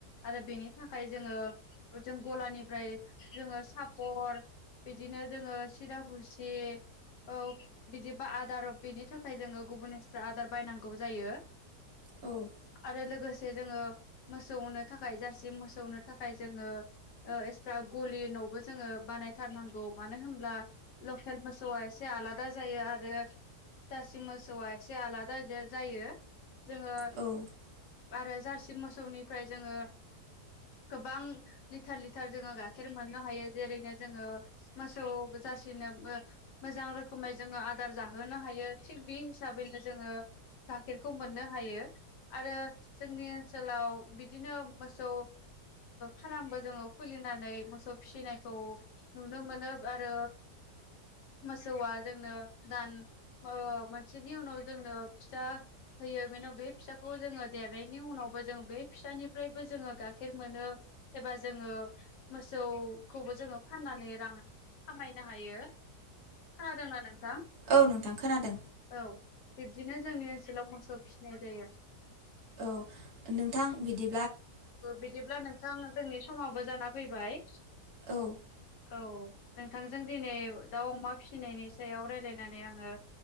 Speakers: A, on the left; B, on the right.
A: आरो बेनि थाखाय जो गलानिफ्राय जोङो सापर बिदिनो जोङो सिदपुसि औ बिदिबा आदार बेनि थाखाय जोङो गुबुननिस आदार बायनांगौ जायो।
B: औ
A: आरो लोगोसे जोो <unintelligible> मोनो थाखाय जारसि मोसौनो थाखाय जोङो <inaudible> <inaudible> थारनांगौ मानो होनब्ला लकेल मोसौआ एसे आलादा जायो आरो जासि मोसौआ एसे आलादा जायो जोङो
B: औ
A: आरो जारसि मोसौनिफ्राय जोङो गोबां लिटार लिटार जोङो गाइखेर मोननो हायो जेरैनो जोङो मोसौ जासिनो मोजां रोखोमै जोङो आदार जाहोनो हायो थि बि हिसाबैनो जोङो गाइखेरखौ मोननो हायो आरो जोंनि ओनसोलाव बिदिनो मोसौ फार्मबो जोङो खुलिनानै मोसौ फिसिनायखौ नुनो मोनाने <unintelligible> आरो मोसौआ जोंनो दान मोनसेनि उनाव जोंनो फिथा होयो बेनिनाव बे फिसाखौ जोङो देरनायनि उनावबो जों बे फिसानिफ्रायबो जोङो गाइखेर मोनो। एबा जोङो मोसौखौबो जोङो। फाननानै रां खामायनो हायो खोनादोंना नोंथां
B: औ नोंथां खोनादों
A: औ बिबदिनो जोंनि ओनसोलाव मोसौ फिनाय जायो
B: औ नोंथां बिदि
A: बिदिब्ला नोंथां जोंनि समावबो जाना फैबाय
B: औ
A: औ नोंथांजों दिनै दाउ अमा फिसिनायनि सायाव रायजलायनानै आङो